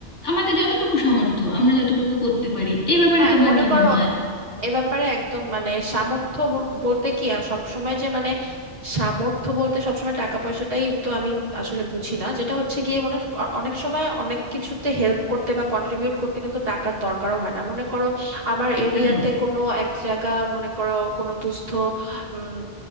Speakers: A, on the left; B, on the right.
A: আমাদের যতটুকু সামর্থ্য আমরা যতটুকু করতে পারি এই ব্যাপারে
B: হ্যাঁ
A: তোমার
B: মনে
A: কি
B: করো
A: মনে হয়
B: এ ব্যাপারে একদম মানে সামর্থ্য ব- বলতে কি সব সময় যে মানে সামর্থ্য বলতে সবসময় টাকা পয়সাটাই তো আমি আসলে বুঝি না যেটা হচ্ছে গিয়ে মানে অ- অনেক সময় অনেক কিছুতে হেল্প করতে বা কন্ট্রিবিউট করতে কিন্তু টাকার দরকারও হয় না মনে করো আমার এরিয়াতে
A: একদম
B: কোনো এক জায়গা মনে করো কোনো দুস্থ উম,